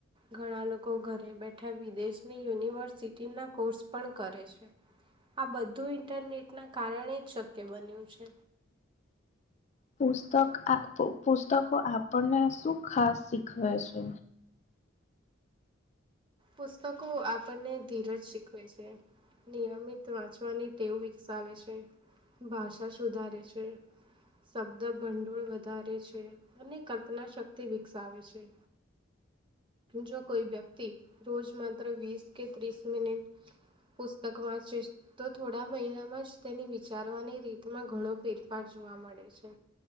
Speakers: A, on the right; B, on the left.
A: ઘણા લોકો ઘરે બેઠા વિદેશની યુનિવર્સિટી ના કોર્સ પણ કરે છે. આ બધું ઇન્ટરનેટના કારણે જ શક્ય બન્યું છે.
B: પુસ્તક આ પુ પુસ્તકો આપણને શું ખાસ શીખવે છે?
A: પુસ્તકો આપણને ધીરજ શીખવે છે. નિયમિત વાંચવાની ટેવ વિકસાવે છે, ભાષા સુધારે છે શબ્દ ભંડોળ વધારે છે, અને કલ્પના શક્તિ વિકસાવે છે. જો કોઈ વ્યક્તિ, રોજ માત્ર વીસ કે ત્રીસ મિનિટ પુસ્તક વાંચે છે, તો થોડા મહિનામાં જ તેની વિચારવાની રીતમાં ઘણો ફેરફાર જોવા મળે છે.